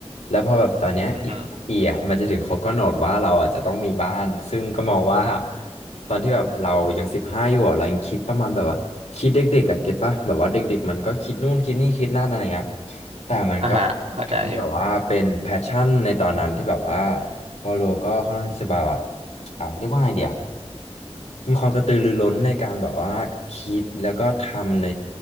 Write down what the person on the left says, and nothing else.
แล้วพอแบบตอนเนี้ยอีกห้าปีอ่ะมันจะถึงเขาก็กำหนดว่าเราอ่ะจะต้องมีบ้านซึ่งก็มองว่า
ตอนที่แบบเรายังสิบห้าอยู่อ่ะเรายังคิดประมาณแบบว่าคิดเด็กๆอ่ะเก็ตป่ะแบบว่าเด็กๆมันก็คิดนู่นคิดนี่คิดนั่นอะไรเงี้ย แต่มันก็
ทำให้แบบว่าเป็นแพชชั่นในตอนนั้นที่แบบว่าวอลโลก็ค่อนข้างที่จะแบบว่าอ่าเรียกว่าไงเดียมีความกระตือรือร้นในการแบบว่าคิดแล้วก็ทำใน